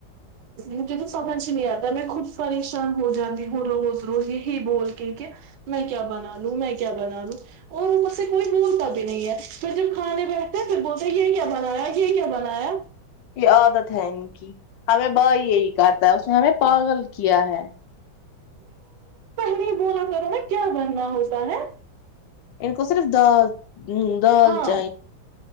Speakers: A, on the right; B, on the left.
A: مجھے تو سمجھ نہیں آتا میں خود پریشان ہو جاتی ہوں روز روز یہی بول کے کہ میں کیا بنا لوں میں کیا بنا لوں اور وہ مجھ سے کوئی بولتا بھی نہیں ہے پھر جب کھانے بیٹھتے ہیں پھر بولتے یہ کیا بنایا یہ کیا بنایا
B: یہ عادت ہے ان کی ہمیں بائی یہی کرتا ہے اس نے ہمیں پاگل کیا ہے
A: ب بول کرو ن کیا بنا ہوو سیں
B: ان کو صرف د ہوں دال
A: ہاں
B: چاہی